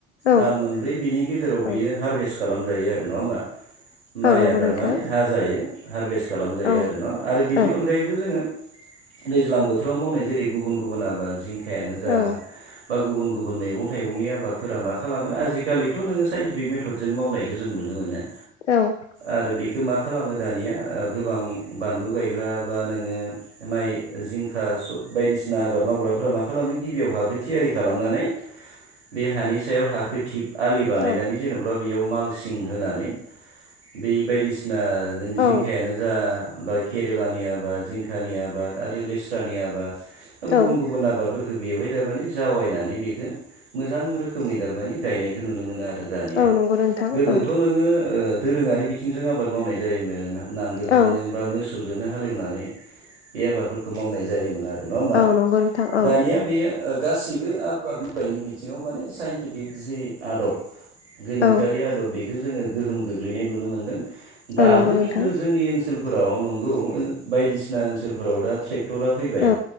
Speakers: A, on the left; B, on the right.
A: औ
B: दान मोनब्रै बिनि गेजेराव
A: औ
B: बियो हारभेस्ट खालामजायो आरो नङा होमबा माइआ
A: औ नंगौ
B: थारमाने
A: नोंथां
B: हा जायो हारभेस्ट खालामजायो
A: औ
B: आरो न आरो बिनि
A: औ
B: अनगायैबो जोंओ दैज्लां बोथोराव मावनाय जेरै गुबन गुबन आबाद जिं खायानो जा
A: औ
B: बा गुबुन गुबुन मैगं थाइगंनि आबाद फोरा मा खालामो आजिखालिथ नोङो साइनटिफिक मेथदजों मावनायखौ जों नुनो मोनो
A: औ
B: आरो बेखो मा खालामो दानिया गोबां बानलु गायग्रा बा नोङो माइ जिंखा बायदिसिना आबाद मावग्राफोरा मा खालामो गिबियाव हाखौ थियारि खालामनानै बे हानि सायाव हाखो थिब आलि बानायनानै
A: औ
B: जेनेबा बेयाव मालसिं होनानै बे बायदिसिना जों जिंखायानो
A: औ
B: जा बा केरेलानि आबाद जिंखानि आबाद आरो लेस्रानि आबाद गुबुन
A: औ
B: गुबुन आबाद फोरखो बेवहाय दारमाने जावायनानै बेखौ मोजां रोखोमै दारमाने गायनायखौ नुनो मोनो दा आरो दानिया
A: औ नंगौ नोंथां
B: गोदोथ'
A: औ
B: नोङो ओ दोरोङारि बिथिंजों आबाद मावनाय जायोमोना नां गोलजोंनो
A: औ
B: बा मोसौजोंनो हालेवनानै बे आबादफोरखौ मावनाय जायोमोन आरो नङा होमबा
A: औ नंगौ नोंथां
B: दानिया
A: औ
B: बेयो ओ गासैबो आबाद मावनायनि बिथिङाव माने साइन्टिफिक जि आदब गोनोखोआरि
A: औ
B: आदब बेखौ जोङो गोहोम गोग्लैनाय नुनो मोन्दों दाबो
A: औ नंगौ नोंथां
B: खिन्थु जोंनि ओनसोल फोराव नंगौ बायदिसिना ओनसोलफोराव दा ट्रेकटरा फैबाय
A: औ